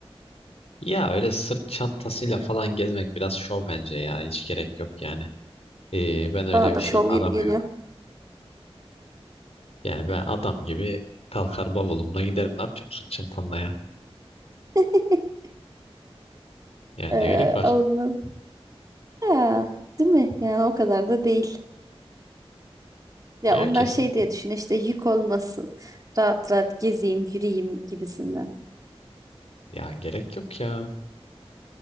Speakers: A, on the left; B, on the right.
A: Ya öyle sırt çantasıyla falan gezmek biraz şov bence ya. Hiç gerek yok yani. Ee, ben öyle
B: Bana
A: bir
B: da
A: şey
B: şov
A: aramıyorum.
B: gibi geliyor.
A: Yani ben adam gibi kalkar bavulumla giderim. Ne yapacağım sırt çantamla ya?
B: <laughs>
A: Yani
B: Ee,
A: ne gerek var?
B: Allah. Ya, değil mi? Yani o kadar da değil. Ya
A: Ya
B: onlar
A: kesin.
B: şey diye düşün işte yük olmasın. Rahat rahat gezeyim, yürüyeyim gibisinden.
A: Ya gerek yok ya.